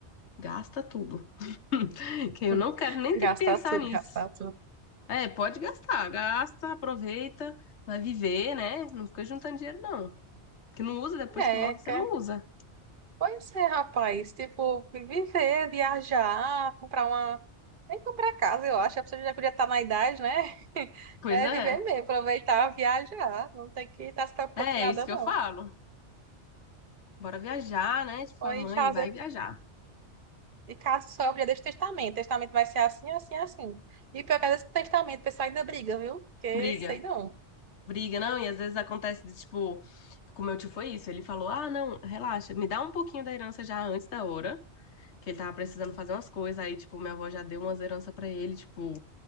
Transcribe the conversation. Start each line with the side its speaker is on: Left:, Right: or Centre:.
Left: gasta tudo. <laughs> Que eu
Right: Hum,
Left: não quero nem
Right: gastar
Left: ter que pensar
Right: tudo,
Left: nisso.
Right: gastar tudo.
Left: É, pode gastar, gasta, aproveita, vai viver, né? Não fica juntando dinheiro, não. Que não usa, depois
Right: É,
Left: que morre, você
Right: que-
Left: não usa.
Right: pois é, rapaz. Tipo, viver, viajar, comprar uma. Nem comprar casa, eu acho. A pessoa já podia estar na idade, né? <laughs>
Left: Pois
Right: É
Left: é,
Right: viver mesmo, aproveitar, viajar. Não tem que estar se preocupando
Left: é
Right: com nada,
Left: isso que
Right: não.
Left: eu falo. Bora viajar, né? Tipo,
Right: Ou
Left: falo,
Right: ir
Left: mãe,
Right: fazer.
Left: vai
Right: tipo,
Left: viajar.
Right: E caso sobre, deixa o testamento. Testamento vai ser assim, assim, assim. E pior que às vezes com testamento, o pessoal ainda briga, viu? Porque
Left: Briga.
Right: sei não.
Left: briga, não, e às vezes acontece de, tipo, com meu tio foi isso, ele falou, ah, não, relaxa, me dá um pouquinho da herança já antes da hora, que ele tava precisando fazer umas coisas, aí, tipo, minha avó já deu umas heranças pra ele, tipo,